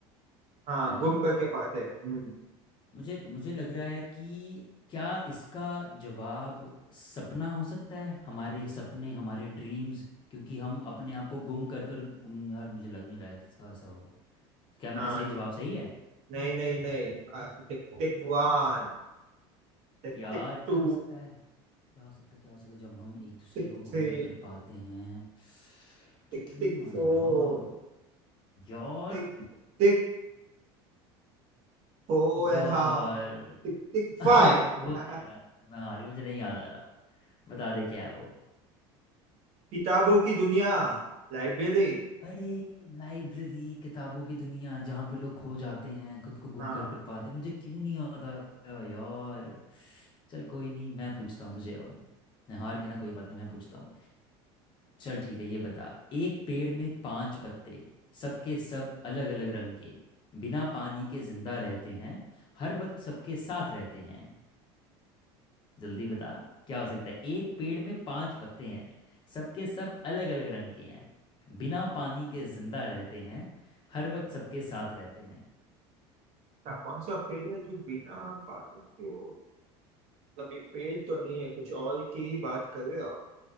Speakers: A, on the right; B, on the left.
A: हाँ
B: है ना
A: गुम करके पाते हैं हम्म,
B: मुझे मुझे लग रहा है कि क्या इसका जवाब सपना हो सकता है हमारे सपने हमारे ड्रीम्स क्योंकि हम अपने आप को गुम कर कर उम, यार मुझे लग नहीं रहा है कि इसका ऐसा होगा क्या मेरा
A: हाँ
B: सही जवाब सही है
A: नहीं नहीं नहीं आ, टिक tick one Tick
B: यार
A: tick two
B: क्या हो सकता है क्या हो सकता है क्या हो सकता है जब हम एक दूसरे
A: Tick
B: को
A: three
B: गुम कर कर पाते हैं मुझे
A: Tick
B: क्यों
A: tick
B: नहीं याद
A: four
B: आ रहा यार
A: Tick tick Oh and
B: यार
A: हाँ Tick tick
B: <laughs> बोल
A: five
B: दे यार
A: <laughs>
B: आंसर मैं हार गई मुझे नहीं याद आ रहा बता दे क्या है वो
A: किताबों की दुनिया लाइब्रेरी
B: अरे लाइब्रेरी किताबों की दुनिया जहाँ पे लोग खो जाते हैं खुद को गुम
A: हाँ
B: कर कर पाते मुझे क्यों नहीं याद आ रहा यार चल कोई नहीं मैं पूछता हूँ तुझे अब मैं हार गया ना कोई बात नहीं मैं पूछता हूँ चल ठीक है ये बता एक पेड़ में पांच पत्ते सबके सब अलग अलग रंग के बिना पानी के जिंदा रहते हैं हर वक्त सबके साथ रहते हैं जल्दी बता क्या हो सकता है एक पेड़ में पांच पत्ते हैं सबके सब अलग अलग रंग के हैं बिना पानी के जिंदा रहते हैं हर वक्त सबके साथ रहते हैं
A: था कौन सा पेज है जो बिना पानी के हो मतलब ये पेज तो नहीं है कुछ और की ही बात कर रहे हो